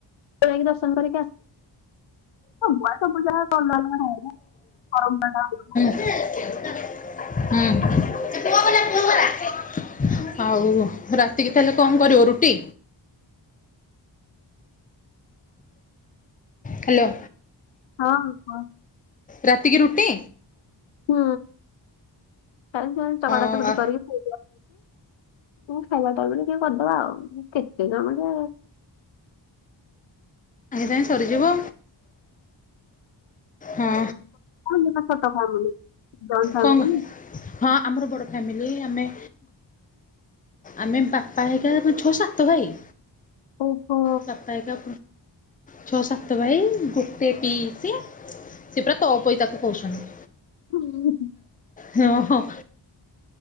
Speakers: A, on the left; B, on the left.
A: ଯାଇକି ଦର୍ଶନ କରିକି ଆସିବୁ ସବୁ ପୁଜା କ ହଁ <inaudible>
B: ହୁଁ <unintelligible> ଆଉ ରାତିକି ତାହେଲେ କଣ କରିବ ରୁଟି ହାଲୋ।
A: ହଁ ହଁ।
B: ରାତି କିି ରୁଟି
A: ହୁଁ ତାସାଙ୍ଗେ ଚକଟା
B: ହଁ
A: ଚକଟି
B: ଆ
A: କରିକି ଖାଇବା ଟାଇମରେ ଟିକେ କରିଦବା ଆଉ କେତେ ଜଣ ଯେ
B: ସାଙ୍ଗେ ସାଙ୍ଗେ ସରିଯିବ ହଁ।
A: କଣ ଲଖଛ ତ ଫାମ ଜ ଫାମ
B: କଣ
A: <unintelligible>
B: ହଁ ଆମର ବଡ଼ ଫ୍ୟାମିଲି ଆମେ ଆମେ ବାପା ହେଇକା ଛଅ ସାତ ଭାଇ।
A: ଓହୋ
B: ବାପା ହେଇକା ଛଅ ସାତ ଭାଇ ଗୋଟେ ପିଇସି ସେ ପୁରା ତଅପୋଇ ତାକୁ କହୁଛନ୍ତି।
A: ହୁଁ।
B: ହଁ ହଁ।